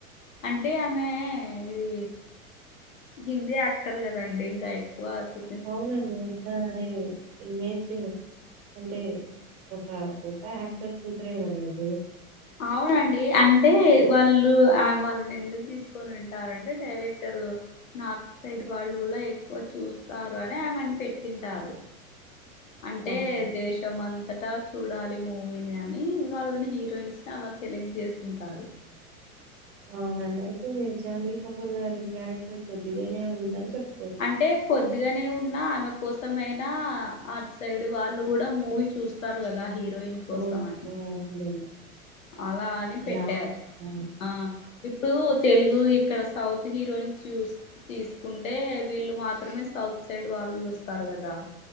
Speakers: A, on the left; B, on the right.
A: అంటే ఆమె ఇది హిందీ యాక్టర్ కదండి ఇంకా ఎక్కువ చూ
B: అవునండి ఐనా గని ఇమేజ్ అంటే ఒక గొప్ప యాక్టర్ కూతురే కదండి.
A: అవునండి అం టే వాళ్ళు ఆ వాళ్ళని ఎందుకు తీసుకొని ఉంటారంటే డైరెక్టర్ నార్త్ సైడ్ వాళ్ళులా ఎక్కువ చూస్తారు అని ఆమెను తెచ్చుంటారు. అంటే
B: అవును.
A: దేశం అంతటా చూడాలి మూవీని అని వాళ్ళని హీరోయిన్స్ అలా సెలెక్ట్ జేసుకుంటారు
B: అవునండి అయితే జాన్వి కపూర్ గారి క్యారెక్టర్ కొద్దిగానే ఉందని చెప్
A: అంటే కొద్దిగానే ఉన్నా ఆమె కోసమైయినా అట్ సైడ్ వాళ్లు గూడ మూవీ చూస్త స్తారు గదా హీరోయిన్ కోసం
B: ఓహోండి
A: అని అలా అని
B: అలా
A: పెట్టారు
B: ఆలోచిస్తారా
A: ఆ ఇప్పుడు తెలుగు ఇక్కడ సౌత్ హీరోయిన్ చూస్ తీసుకుంటే వీళ్లు మాత్రమే సౌత్ సైడ్ వాళ్లు చూస్తారు గదా